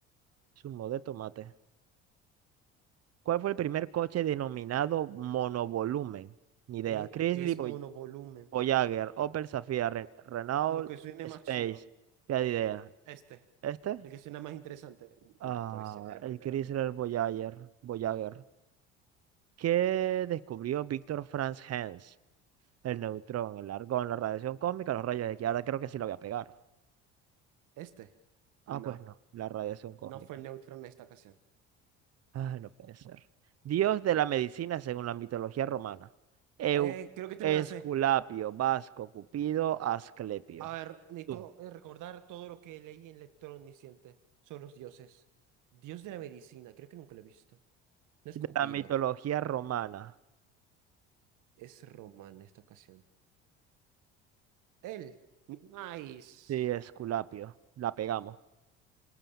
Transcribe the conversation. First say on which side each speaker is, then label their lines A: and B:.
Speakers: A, on the right (about 45°); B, on the right (about 65°).
A: Zumo de tomate. ¿Cuál fue el primer coche denominado monovolumen? Ni idea.
B: ¿Qué,
A: Chrysler
B: qué es
A: Voy-
B: monovolumen?
A: Voyager, Opel Zafira, Ren- Renault
B: Lo que suene
A: Space.
B: más chido.
A: ¿Qué
B: Eh,
A: idea?
B: este.
A: ¿Este?
B: El que suena más interesante.
A: Ah,
B: No, puede ser el
A: el
B: primero.
A: Chrysler Voyager. Voyager. ¿Qué descubrió Víctor Franz Hens? El neutrón, el argón, la radiación cósmica, los rayos X. Ahora creo que sí la voy a pegar.
B: Este.
A: Ah,
B: No.
A: pues no, la radiación cósmica.
B: No fue neutro en esta ocasión.
A: Ah, no puede ser. Dios de la medicina según la mitología romana. Eu-
B: Eh, creo que te
A: Esculapio,
B: me la sé.
A: Vasco, Cupido, Asclepio.
B: A ver, necesito
A: Tú.
B: eh, recordar todo lo que leí en Lector Omnisciente sobre los dioses. Dios de la medicina, creo que nunca lo he visto. No es
A: De
B: Cupido,
A: la mitología romana.
B: es Román en esta ocasión. Él. Nice.
A: Sí, Esculapio. La pegamos.